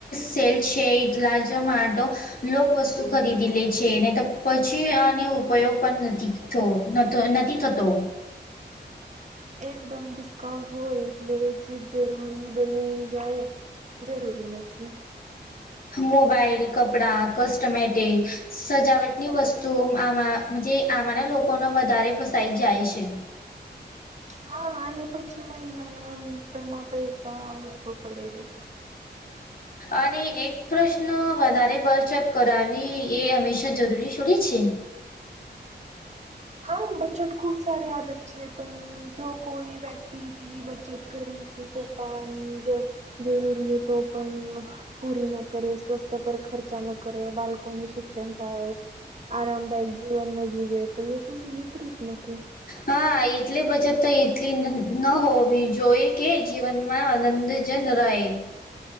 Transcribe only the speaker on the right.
એકદમ ડિસ્કાઉન્ટ હોય એટલે એ ચીજ જરૂરી બની જાય જરૂરી નથી
હા અને પછી મહિનાના અંતરમાં પૈસા ઓછો પડે
હા બજટ ખૂબ સાર આદત છે પણ જો કોઈ વ્યક્ તટલી બચત કરી કે પોતાની જ જરૂરી તો પણ પૂરી ન કરે સ્વસ્થ પર ખર્ચા ન કરે બાલકોની શિક્ષણ ટાળે આરામદાયક જીવન ન જીવે તો એ સંતુલિત ર જ નથી